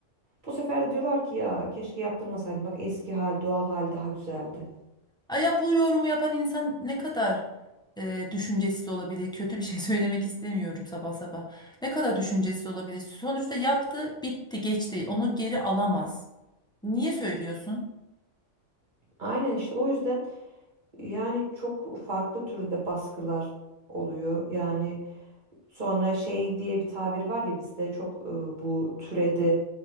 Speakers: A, on the right; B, in the centre.
A: Bu sefer de diyorlar ki ya keşke yaptırmasaydın. Bak eski hal, doğal hal daha güzeldi.
B: Ay ya bu yorumu yapan insan ne kadar e, düşüncesiz olabilir? Kötü bir şey <laughs> söylemek istemiyorum sabah sabah. Ne kadar düşüncesiz olabilir? Sonuçta yaptı, bitti, geçti. Onu geri alamaz. Niye söylüyorsun?
A: Aynen işte o yüzden yani çok farklı türde baskılar oluyor. Yani sonra şey diye bir tabir var ya bizde çok e, bu türedi.